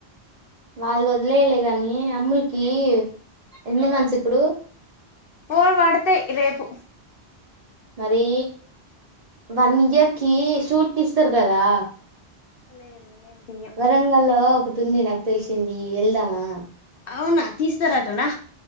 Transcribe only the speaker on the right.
వాళ్ళని వదిలేయ్ గానీ అమ్ముల్కి ఎన్ని మంథ్స్ ఇప్పుడు
మరీ వన్ ఇయర్ కి షూరిటీ ఇస్తరుకదా
వరంగల్లో ఒకటి ఉంది నాకు తెలిసింది ఈ.. ఎళ్దావా